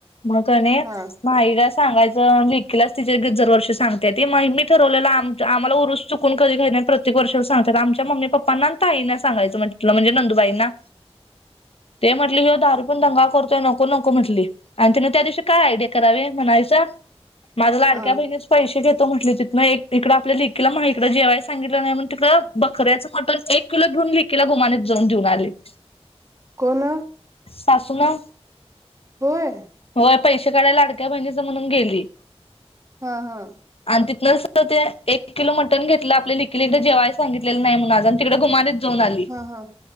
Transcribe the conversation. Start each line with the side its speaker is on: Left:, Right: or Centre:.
Left: म्हणून की नई
Right: हा
Left: माहीलाच सांगायचं ले लेकीला तिचे गिझर वर्षी सांगते. ती मी ठरवलेलं आम्हाला आम्हाला उरूस चुकून कधी खाईत नाही. प्रत्येक वर्ष सांग आमच्या मम्मी-पप्पा ना ताईना सांगायचं म्हटलं. म्हणजे नंदुबाईंना ते म्हटले की. दारू पिऊन दंगा करतोय नको-नको म्हटली. आणि तीन त्या दिवशी काय आयडिया करावे म्हणायचं. माझं लाडक्या
Right: हा
Left: बहिणीच पैसे घेत घेतो म्हटलीतित. हिक हिकडं आपल्या लेकीला माही कड. जेवाय सांगितलं नाही मग तिकडे बकऱ्याचं मटण एक किलो घेऊन. घेऊन लेकीला गुमानीत जाऊन देऊन आलीत.
Right: कोण?
Left: सासुमा.
Right: होय.
Left: पैसे काढाय लाडक्या बहिनीच म्हणून गेली.
Right: हा हा
Left: आणि ती तिथंन सरळ ते एक किलो मटन घेतलं. आपल्या लेखीला एक जेवाय सांगितलेलं नाही म्हून आज. आणि तिकडे घुमानीत. जाऊन आली.
Right: हा हा